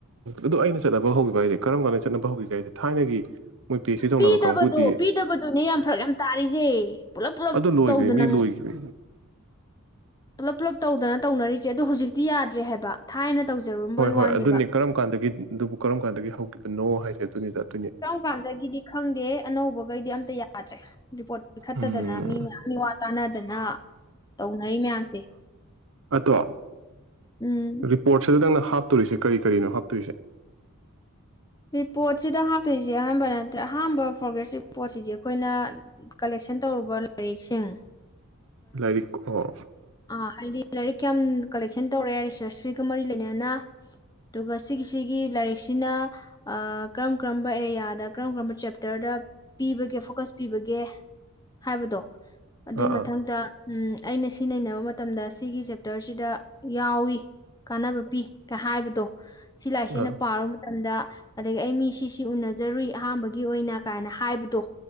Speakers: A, on the right; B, on the left.
A: ꯑꯗꯨ ꯑꯩꯅ ꯆꯠꯅꯕ ꯍꯧꯒꯤꯕ ꯍꯥꯏꯁꯦ ꯀꯔꯝ ꯀꯥꯟꯗ ꯆꯠꯅꯕ ꯍꯧꯒꯤꯒꯦ ꯍꯥꯏꯁꯦ ꯊꯥꯏꯅꯒꯤ ꯃꯣꯏ ꯄꯤ ꯑꯩꯆ ꯗꯤ ꯇꯧꯅꯕ
B: ꯄꯤꯗꯕꯗꯣ
A: ꯀꯥꯡꯕꯨꯗꯤ
B: ꯄꯤꯗꯕꯗꯨꯅꯦ ꯌꯥꯝ ꯐꯔꯛ ꯌꯥꯝ ꯇꯥꯔꯤꯖꯦ ꯄꯨꯂꯞ ꯄꯨꯂꯞ
A: ꯑꯗꯨ ꯂꯣꯏꯈ꯭ꯔꯦ
B: ꯇꯧꯗꯅ
A: ꯃꯤ ꯂꯣꯏꯈ꯭ꯔꯦ
B: ꯄꯨꯂꯞ ꯄꯨꯂꯞ ꯇꯧꯗꯅ ꯇꯧꯅꯔꯤꯖꯦ ꯑꯗꯣ ꯍꯧꯖꯤꯛꯇꯤ ꯌꯥꯗ꯭ꯔꯦ ꯍꯥꯏꯕ ꯊꯥꯏꯅ ꯇꯧꯖꯔꯝꯕꯩ
A: ꯍꯣꯏ ꯍꯣꯏ
B: ꯋꯥꯅꯦꯕ
A: ꯑꯗꯨꯅꯤ ꯀꯔꯝ ꯀꯥꯟꯗꯒꯤ ꯑꯗꯨꯕꯨ ꯀꯔꯝ ꯀꯥꯟꯗꯒꯤ ꯍꯧꯒꯤꯕꯅꯣ ꯍꯥꯏꯖꯦ ꯗꯨꯅꯤꯗ
B: ꯀꯔꯝ ꯀꯥꯟꯗꯒꯤꯗꯤ ꯈꯪꯗꯦ ꯑꯅꯧꯕꯒꯩꯗꯤ ꯑꯝꯇ ꯌꯥ ꯌꯗꯔ꯭ꯦ ꯔꯤꯄꯣꯔꯠ ꯄꯤꯈꯠꯇꯗꯅ
A: ꯎꯝ
B: ꯃꯤ ꯃꯌꯥꯝ ꯃꯤꯋꯥ ꯇꯥꯅꯗꯅ ꯇꯧꯅꯔꯤ ꯃꯌꯥꯝꯁꯦ
A: ꯑꯗꯣ
B: ꯎꯝ
A: ꯔꯤꯄꯣꯔꯠꯁꯤꯗ ꯅꯪꯅ ꯍꯥꯞꯇꯣꯔꯤꯁꯦ ꯀꯔꯤ ꯀꯔꯤꯅꯣ ꯍꯥꯞꯇꯣꯏꯁꯦ
B: ꯔꯤꯄꯣꯠꯁꯤꯗ ꯍꯥꯞꯇꯣꯏꯁꯦ ꯑꯍꯥꯟꯕ ꯅꯠꯇ꯭ꯔ ꯑꯍꯥꯟꯕ ꯄ꯭ꯔꯣꯒ꯭ꯔꯦꯁ ꯔꯤꯄꯣꯔꯠꯁꯤꯗꯤ ꯑꯩꯈꯣꯏꯅ ꯀꯂꯦꯛꯁꯟ ꯇꯧꯔꯨꯕ ꯂꯥꯏꯔꯤꯛꯁꯤꯡ
A: ꯂꯥꯏꯔꯤꯛ ꯑꯣ
B: ꯑꯥ ꯍꯥꯏꯗꯤ ꯂꯥꯏꯔꯤꯛ ꯌꯥꯝ ꯀꯂꯦꯛꯁꯟ ꯇꯧꯔꯛꯑꯦ ꯔꯤꯁꯔꯁꯁꯤꯒ ꯃꯔꯤ ꯂꯩꯅꯅ ꯑꯗꯨꯒ ꯁꯤꯒꯤꯁꯤꯒꯤ ꯂꯥꯏꯔꯤꯛꯁꯤꯅ ꯀꯔꯝ ꯀꯔꯝꯕ ꯑꯦꯔꯤꯌꯥꯗ ꯀꯔꯝ ꯀꯔꯝꯕ ꯆꯦꯞꯇꯔꯗ ꯄꯤꯕꯒꯦ ꯐꯣꯀꯁ ꯄꯤꯕꯒꯦ ꯍꯥꯏꯕꯗꯣ ꯑꯗꯨꯏ
A: ꯑꯥ
B: ꯃꯊꯪꯗ
A: ꯑꯥ
B: ꯎꯝ ꯑꯩꯅ ꯁꯤ ꯅꯩꯅꯕ ꯃꯇꯝꯗ ꯁꯤꯒꯤ ꯆꯦꯞꯇꯔꯁꯤꯗ ꯌꯥꯎꯋꯤ ꯀꯥꯟꯅꯕ ꯄꯤ ꯀ ꯍꯥꯏꯕꯗꯣ ꯁꯤ ꯂꯥꯏꯔꯤꯛꯁꯦ ꯑꯩꯅ
A: ꯑꯥ
B: ꯄꯥꯔꯨ ꯃꯇꯝꯗ ꯑꯗꯒꯤ ꯑꯩ ꯃꯤ ꯁꯤꯁꯤ ꯎꯅ ꯖꯔꯨꯏ ꯑꯍꯥꯥꯟꯕꯒꯤ ꯑꯣꯏꯅ ꯀꯥꯏꯅ ꯍꯥꯏꯕꯗꯣ